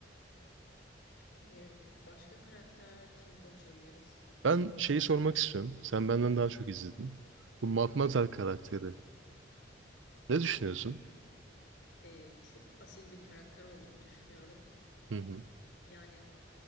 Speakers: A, on the left (about 65°); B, on the right (about 80°).
A: Ee, başka karakter kimi konuşabiliriz?
B: Ben şeyi sormak istiyorum. Sen benden daha çok izledin. Bu Matmazel karakteri. Ne düşünüyorsun?
A: Ee, çok asil bir karakter olduğunu düşünüyorum.
B: Hı hı.
A: Yani